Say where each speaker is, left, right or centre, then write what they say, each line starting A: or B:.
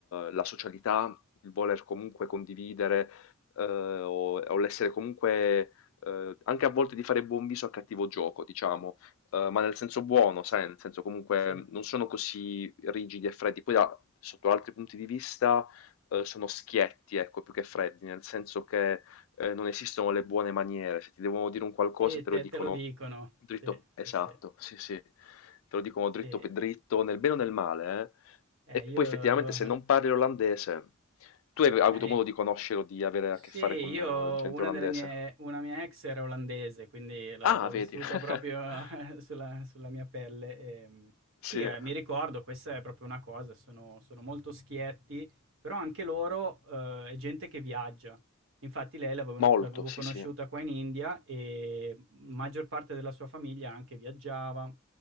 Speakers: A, on the left; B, on the right.
A: la socialità il voler comunque condividere, eh, o, o l'essere comunque, eh, anche a volte di fare buon viso al cattivo gioco, diciamo, eh, ma nel senso buono, sai, nel senso comunque
B: Sì,
A: non sono così rigidi e freddi. Poi da- sotto altri punti di vista eh, sono schietti, ecco, più che freddi, nel senso che eh, non esistono le buone maniere. Se ti devono dire un qualcosa,
B: sì,
A: te
B: te
A: lo dicono
B: te lo dicono.
A: dritto,
B: Sì, sì,
A: esatto,
B: sì,
A: sì, sì, te lo dicono
B: sì.
A: dritto per dritto, nel bene o nel male,
B: Eh,
A: eh.
B: io
A: E poi effettivamente
B: lo
A: se non parli l'olandese tu hai hai avuto
B: eh
A: modo di conoscere o di avere
B: Sì,
A: a che fare
B: io
A: con eh, gente
B: una
A: olandese?
B: delle mie una mia ex era olandese, quindi l'ho
A: Ah,
B: l'ho vissuto
A: vedi. <laughs>
B: proprio <laughs> sulla sulla mia pelle. Ehm, sì,
A: Sì,
B: eh, mi ricordo, questa è proprio una cosa, sono sono molto schietti, però anche loro, ehm, è gente che viaggia. Infatti lei l'avevano
A: molto,
B: l'avevo
A: sì,
B: conosciuta
A: sì.
B: qua in India e maggior parte della sua famiglia anche viaggiava,